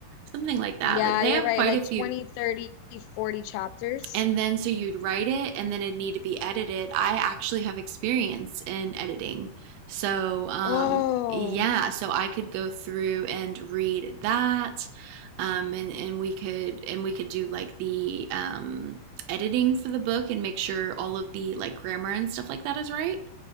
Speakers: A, on the right; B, on the left.
A: something like that.
B: Yeah,
A: Like, they
B: you're
A: have
B: right.
A: quite
B: Like
A: a few.
B: 20, 30, 40 chapters.
A: and then so you'd write it and then it'd need to be edited. I actually have experience in editing. So, um,
B: Oh.
A: yeah, so I could go through and read that. Um, and, and we could and we could do like the um, editing for the book and make sure all of the like grammar and stuff like that is right